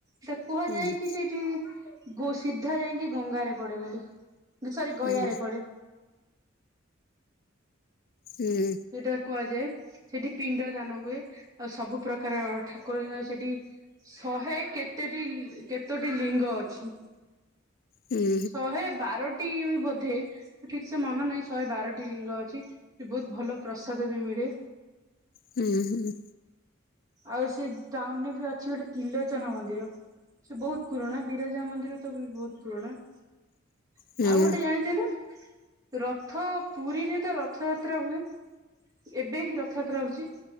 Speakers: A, on the right; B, on the left.
A: ତ କୁହାଯାଏ
B: ହୁଁ
A: କି ସେଇଠି ଗୋ ସିିଧା ଯାଇଁକି ଗଙ୍ଗାରେ ପଡେ ବୋଲି, <unintelligible> ସରି ଗୟାରେ
B: ହୁଁ
A: ପଡେ।
B: ହୁଁ
A: ସେଇଟା କୁହାଯାଏ। ସେଠି ପିଣ୍ଡ ଦାନ ହୁଏ। ଆଉ ସବୁ ପ୍ରକାର ଠାକୁର <unintelligible> ସେଟି ଶହେ କେତେଟି କେତୋଟି ଲିଙ୍ଗ ଅଛି?
B: ହୁଁ
A: ଶହେ ବାର ଟି ବୋଧେ ଠିକ ସେ ମନେ ନାଇ ଶହେ ବାରଟି ଲିଙ୍ଗ ଅଛି। ସେ ବହୁତ ଭଲ ପ୍ରସାଦ ବି ମିଳେ।
B: ହୁଁ, ହୁଁ।
A: ଆଉ ସେ ଟାଉନ୍ ରେ ବି ଅଛି ଗୋଟେ ତ୍ରିଲୋଚନ ମନ୍ଦିର। ସେ ବହୁତ ପୁରୁଣା। ବିରଜା ମନ୍ଦିର ତ ବହୁତ ପୁରୁଣା। ଆଉ
B: ହୁଁ
A: ଗୋଟେ ଜାଣିଚ ନା ରଥ ପୁରୀରେ ତ ରଥଯାତ୍ରା ହୁଏ। ଏବେ ହିଁ ରଥଯାତ୍ରା ହଉଛି।